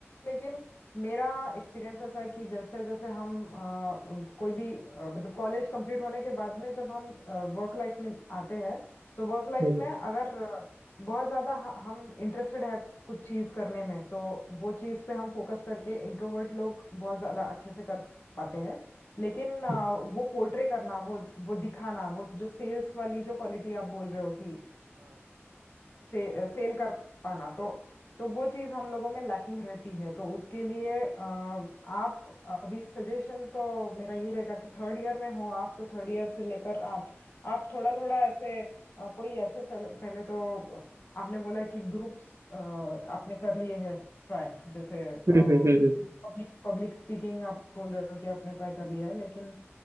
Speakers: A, on the left; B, on the right.
A: लेकिन मेरा एक्सपीरियंस ऐसा है कि जैसे जैसे हम अ, कोई भी अ, मतलब कॉलेज कंप्लीट होने के बाद में जब हम वर्क लाइफ में आते हैं तो वर्क लाइफ
B: हम्म,
A: में अगर बहुत ज्यादा ह- हम इंटरेस्टेड है कुछ चीज करने में तो वो चीज पे हम फोकस करके इंट्रोवर्ट लोग बहुत ज्यादा अच्छे से कर पाते हैं लेकिन आ,
B: हम्म,
A: वो पोर्ट्रे करना वो वो दिखाना वो जो सेल्स वाली जो क्वालिटी आप बोल रहे हो कि से, सेल कर पाना तो तो वो चीज हम लोगों में लैकिंग रहती है तो उसके लिए अ, आप अभी सजेशन तो मेरा यही रहेगा कि थर्ड ईयर में हो आप तो थर्ड ईयर से लेकर आप आप थोड़ा थोड़ा ऐसे अ, कोई ऐसे पहले, पहले तो अ, आपने बोला कि ग्रुप्स आपने कर लिए हैं ट्राई जैसे पब्लिक
B: हाँ <laughs>
A: पब्लिक स्पीकिंग आप बोल रहे हो कि आपने ट्राई कर लिया है लेकिन